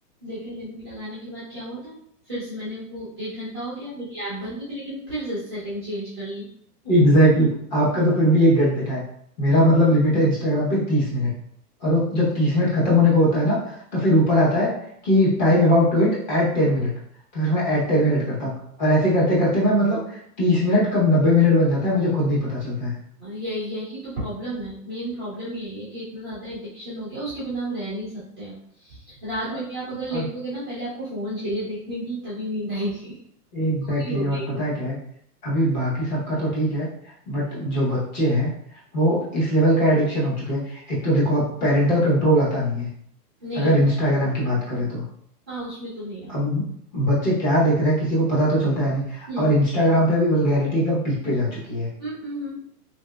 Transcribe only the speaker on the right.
लेकिन लिमिट लगाने के बाद क्या हुआ था फिर से मैंने वो एक घंटा हो गया मेरी ऐप बंद हो गई लेकिन फिर से सेटिंग चेंज कर ली
हाँ, ये यही तो प्रॉब्लम है मेन प्रॉब्लम यही है कि इतना ज्यादा एडिक्शन हो गया उसके बिना हम रह नहीं सकते अब रात
में भी आप अगर लेटोगे
ना पहले आपको फोन चाहिए देखने के लिए तभी नींद आएगी <laughs>
पूरी हो
गई
है
वो।
नहीं
आता
हाँ उसमें तो नहीं आता
हम्म
हम्म हम्म हम्म।